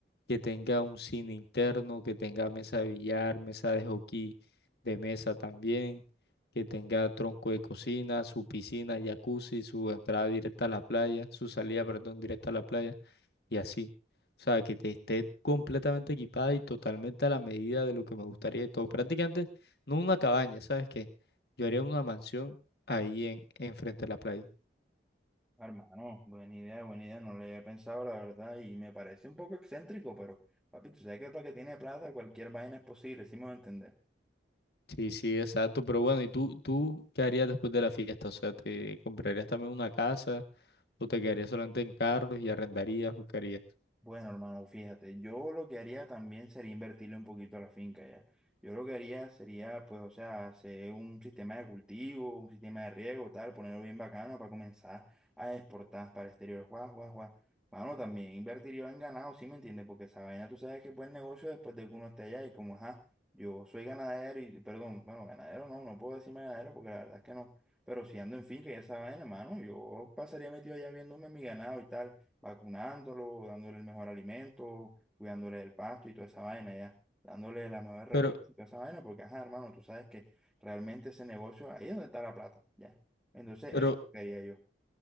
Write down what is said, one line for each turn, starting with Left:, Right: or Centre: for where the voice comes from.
Left: que tenga un cine interno, que tenga mesa de billar, mesa de hockey de mesa también, que tenga tronco de cocina, su piscina, jacuzzi, su entrada directa a la playa, su salida, perdón, directa a la playa y así. O sea, que te esté completamente equipada y totalmente a la medida de lo que me gustaría y todo. Prácticamente no una cabaña, ¿sabes qué? Yo haría una mansión ahí en, enfrente de la playa.
Centre: Hermano, buena idea, buena idea, no lo había pensado, la verdad, y me parece un poco excéntrico, pero, papi, tú sabes que para que tiene plata cualquier vaina es posible, sí me voy a entender.
Left: Sí, sí, exacto. Pero bueno, ¿y tú, tú qué harías después de la fiesta? O sea, ¿te comprarías también una casa o te quedarías solamente en carros y arrendarías o qué harías?
Centre: Bueno, hermano, fíjate, yo lo que haría también sería invertirle un poquito a la finca ya. Yo lo que haría sería, pues, o sea, hacer un sistema de cultivo, un sistema de riego, tal, ponerlo bien bacano para comenzar a exportar para el exterior. Guau, guau, guau. Mano, también invertiría en ganado, ¿sí me entiendes? Porque esa vaina tú sabes que es buen negocio después de que uno esté allá y como, ajá, yo soy ganadero y, perdón, bueno, ganadero no, no puedo decirme ganadero porque la verdad es que no. Pero si ando en finca y esa vaina, mano, yo pasaría metido allá viéndome mi ganado y tal vacunándolo, dándole el mejor alimento, cuidándole del pasto y toda esa vaina, ya, dándole las mejores represas
Left: Pero,
Centre: y toda esa vaina, porque, ajá, hermano, tú sabes que realmente ese negocio, ahí es donde está la plata, ya. Entonces,
Left: pero,
Centre: eso es lo que quería yo.